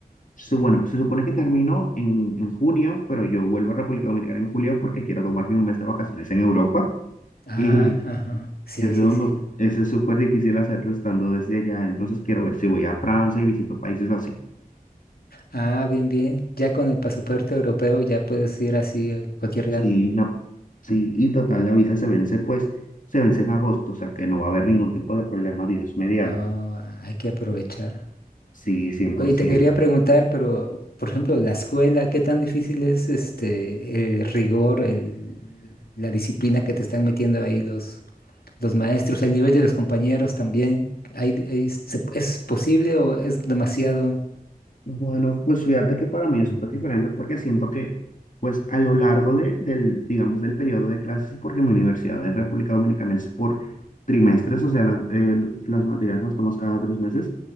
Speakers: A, on the left (about 55°); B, on the left (about 80°).
A: su- bueno, se supone que termino en, en junio, pero yo vuelvo a República Dominicana en julio porque quiero tomarme un mes de vacaciones en Europa. <laughs>
B: Ah,
A: y
B: ajá. Sí,
A: Eso,
B: sí, sí.
A: no, eso es súper difícil hacerlo estando desde allá, entonces quiero ver si voy a Francia y visito países así.
B: Ah, bien, bien. Ya con el pasaporte europeo ya puedes ir así a cualquier lado.
A: Sí, ya, sí, y total, la visa se vence, pues, se vence en agosto, o sea que no va a haber ningún tipo de problema, Dios mediante.
B: Ah, hay que aprovechar.
A: Sí, 100%.
B: Oye, te quería preguntar, pero, por ejemplo, la escuela, ¿qué tan difícil es este el rigor, el, la disciplina que te están metiendo ahí los, los maestros, el nivel de los compañeros también? ¿Hay, hay- se- ¿es posible o es demasiado?
A: Bueno, pues fíjate que para mí es súper diferente porque siento que, pues a lo largo de- del, digamos, del periodo de clases, porque mi universidad en República Dominicana es por trimestres, o sea, las el- las materias las tomas cada tres meses